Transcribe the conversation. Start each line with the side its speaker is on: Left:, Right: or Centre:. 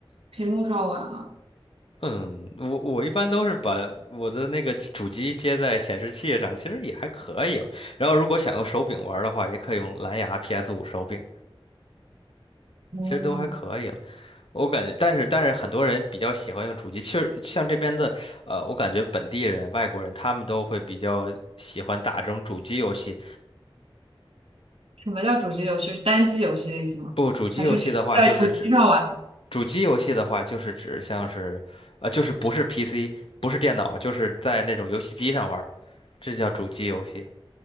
Right: 屏幕上玩啊。
Left: 嗯，我我一般都是把我的那个主机接在显示器上，其实也还可以了。然后如果想用手柄玩儿的话，也可以用蓝牙 p s 五手柄，
Right: 嗯，
Left: 其实都还可以了。我感觉，但是但是很多人比较喜欢用主机，其实像这边的，呃，我感觉本地人、外国人他们都会比较喜欢打这种主机游戏。
Right: 什么叫主机游戏？是单机游戏的意思吗？
Left: 不，主机游戏的话，
Right: 还是只在主机上玩？
Left: 就是指主机游戏的话，就是指像是，呃，就是不是 PC，不是电脑，就是在那种游戏机上玩儿这叫主机游戏。